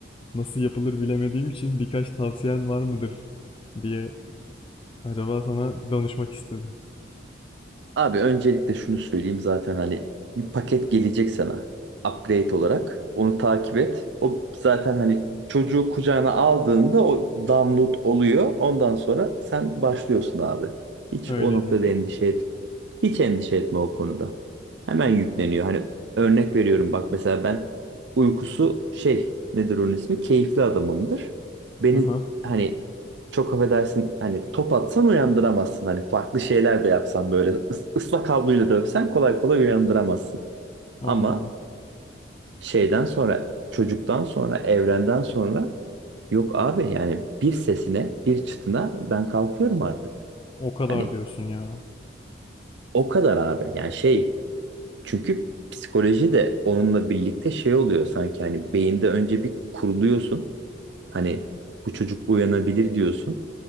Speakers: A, on the left; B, on the right.
A: nasıl yapılır bilemediğim için birkaç tavsiyen var mıdır diye acaba sana bir danışmak istedim.
B: Abi öncelikle şunu söyleyeyim zaten hani bir paket gelecek sana upgrade olarak. Onu takip et. O zaten hani çocuğu kucağına aldığında o download oluyor. Ondan sonra sen başlıyorsun abi. Hiç
A: Öyleli.
B: o noktada endişe etme. Hiç endişe etme o konuda. Hemen yükleniyor. Hani örnek veriyorum bak mesela ben uykusu şey nedir onun ismi? Keyifli adamımdır. Beni
A: Aha,
B: hani çok affedersin hani top atsan uyandıramazsın. Hani farklı şeyler de yapsan böyle ıs- ıslak havluyla dövsen kolay kolay uyandıramazsın.
A: anladım.
B: Ama şeyden sonra çocuktan sonra evrenden sonra yok abi yani bir sesine bir çıtına ben kalkıyorum artık.
A: O kadar
B: Hani
A: diyorsun ya.
B: o kadar abi yani şey Çünkü psikoloji de onunla birlikte şey oluyor sanki hani beyinde önce bir kuruluyorsun. Hani bu çocuk uyanabilir diyorsun.